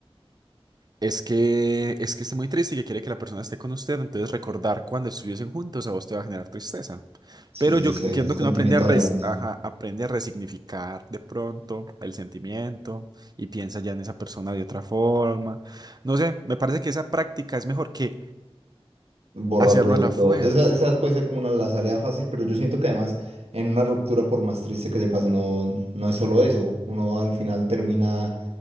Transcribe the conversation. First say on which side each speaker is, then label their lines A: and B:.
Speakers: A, on the right; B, on the right.
A: es que es que esté muy triste y que quiere que la persona esté con usted. Entonces recordar cuando estuviesen juntos a vos te va a generar tristeza.
B: sí,
A: Pero
B: sí,
A: yo
B: ese
A: qu- quiero
B: es
A: que
B: sentimiento
A: uno aprende a res-
B: de añoranza.
A: ajá, aprende a resignificar de pronto el sentimiento y piensa ya en esa persona de otra forma. No sé, me parece que esa práctica es mejor que
B: borrarlo
A: hacerlo
B: del
A: a la fuerza.
B: todo. Esa, esa puede ser como una, la salida fácil, pero yo siento que además en una ruptura, por más triste que se pase, no, no es solo eso. Uno al final termina